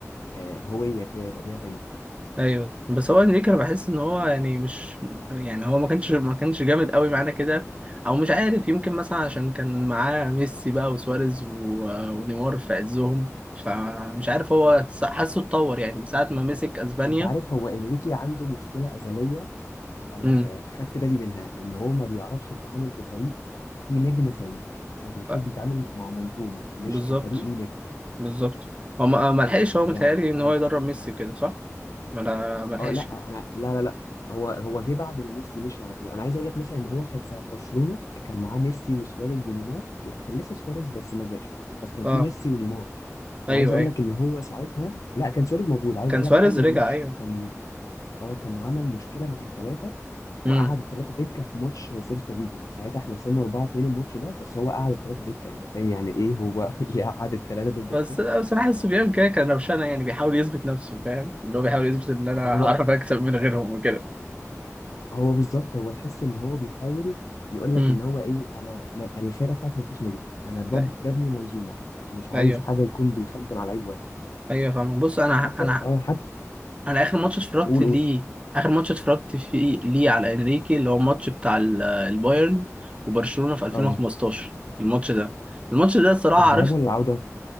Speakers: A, on the left; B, on the right.
A: آه، هويه كده يبقى ليها تاريخ
B: ايوه بس هو انريكي انا بحس ان هو يعني مش يعني هو ما كانش ما كانش جامد قوي معانا كده او مش عارف يمكن مثلا عشان كان معاه ميسي بقى وسواريز و- ونيمار في عزهم فمش عارف هو س- حاسه اتطور يعني من ساعه ما مسك اسبانيا
A: انت عارف هو انريكي عنده مشكله ازليه انا
B: امم
A: آه، خدت بالي منها ان هو ما بيعرفش يتعامل في فريق في نجم فريق هو بيحب
B: ف-
A: يتعامل مع منظومه مش
B: بالظبط
A: كفريق ليه نجم
B: بالظبط هو ما ما لحقش هو
A: يعني
B: متهيألي ان
A: اه
B: هو يدرب ميسي كده صح ما لا- ما لحقش
A: اه لا انا لا لا لا هو هو جه بعد ما ميسي مشي على طول انا عايز اقول لك مثلا ان هو كان ساعه برشلونه كان معاه ميسي وسواريز ونيمار لا كان لسه سواريز بس ما جاش بس كان
B: اه
A: في ميسي ونيمار انا
B: ايوه
A: عايز اقول
B: ايوه
A: لك ان هو ساعتها لا كان سواريز موجود عايز
B: كان
A: اقول
B: سواريز
A: لك اول
B: رجع
A: ماتش
B: ايوه
A: كان اه كان عمل مشكله مع الثلاثه وقعد
B: امم
A: الثلاثه دكه في ماتش سيلتا فيجو ساعتها احنا خسرنا 4 2 الماتش ده بس هو قعد الثلاثه دكه انت فاهم يعني ايه هو <laughs> يقعد الثلاثه دول دكه
B: بس لا بصراحة الصبيان كده كان روشانة يعني بيحاول يثبت نفسه فاهم اللي هو بيحاول يثبت إن أنا هعرف
A: هو
B: أكسب من غيرهم وكده
A: هو بالظبط هو تحس ان هو بيحاول يقول
B: امم
A: لك ان هو ايه انا انا انا الفرقه بتاعتي ما فيهاش نجم انا بب-
B: أيوه
A: ببني منظومه مش عايز
B: أيوه
A: حاجه يكون بيخدم على لعيب واحد
B: أيوه فاهم بص أنا
A: حتى
B: أنا
A: اه حتى
B: أنا آخر ماتش اتفرجت
A: قول
B: ليه
A: قول
B: آخر ماتش اتفرجت فيه ليه على إنريكي اللي هو الماتش بتاع ال- البايرن وبرشلونة في 2015
A: اه
B: الماتش ده الماتش ده الصراحة
A: الذهاب
B: عرفت
A: ولا العوده